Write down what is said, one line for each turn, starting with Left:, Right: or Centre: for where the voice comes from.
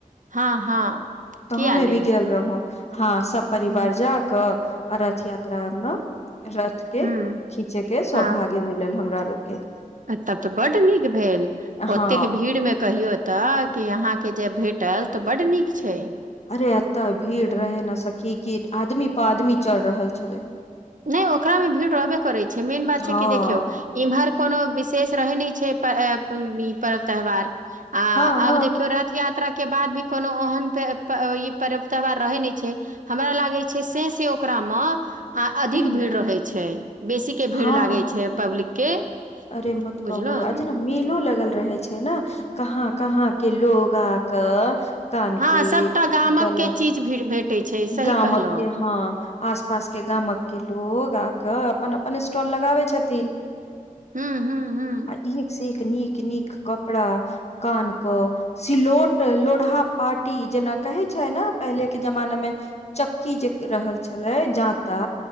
Right: हाँ हँ
Left: ताँ
Right: किया नहि
Left: एबेर गेल रहू हँ सब परिवार
Right: हूँ
Left: जायत क रथ यात्रा मे एकरा के
Right: हूँ
Left: खीचे के
Right: हँ
Left: सौभाग्य मिलल हमरो आऔर के
Right: तऽ बड नीक भेल ओतेक
Left: हँ
Right: भीड़ में कहियो तऽ के अहाँके जे भेटल तऽ बड नीक छै
Left: अरे अत्त भीड़
Right: हम्म।
Left: रहै ने सकी की आदमी पर आदमी चढ़ रहल छलै
Right: नय ओकरा मे भीड़ रहबे करै छै मेन बात
Left: हँ
Right: छै कि देखियौ इमहर कोनो विशेष रहै नहि छै पर्व त्यौहार आ
Left: हँ हँ
Right: आबदेखियो रथ यात्रा के बाद कोनो ओहन त ई पर्व यौहार रहै नहि छै हमरा लागै छै से कि ओकरा म आ अधिक
Left: हूँ
Right: भीड़ रहैत छै बेसी के
Left: हँ
Right: भीड़ लागे छै पब्लिक के
Left: अरे मत
Right: बुझलौं
Left: कहू अहि द मेलो लगल रहे छै ने कहाँ कहाँ के लोग आक कानके
Right: हँ सभटा गामक
Left: गलाके
Right: के चीज भी भेटै छै सही
Left: गामकके
Right: कहलौं
Left: हँ आस पास के गामक के लोग आक अपन अपन स्टॉल लगाबै छथिन
Right: हू हू हूं
Left: आ एक नीक नीक कपड़ा कान कऽ सिलौट लोढ़ा पार्टी जेना कहै छै ने पहिलेके जमानामे चक्की जे रहल छलै जाता